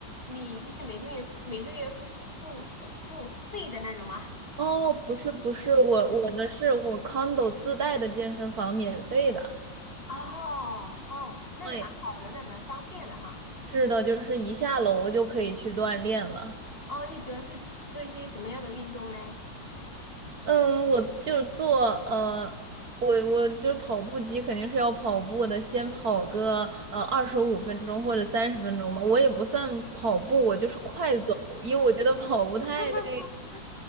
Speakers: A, on the left (about 30°); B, on the right (about 55°).
A: 你就是每个月每个月付付付付费的那种吗？
B: 哦，不是不是，我我的是我 condo 自带的健身房，免费的。
A: 哦哦，那个蛮好的，
B: 对，
A: 那蛮方便的哈。
B: 是的，就是一下楼就可以去锻炼了。
A: 哦，你主要是做一些什么样的运动嘞？
B: 嗯，我就做呃，我我就是跑步机肯定是要跑步的，先跑个呃二十五分钟或者三十分钟吧。我也不算跑步，我就是快走，因为我觉得跑步太累。
A: <laughs>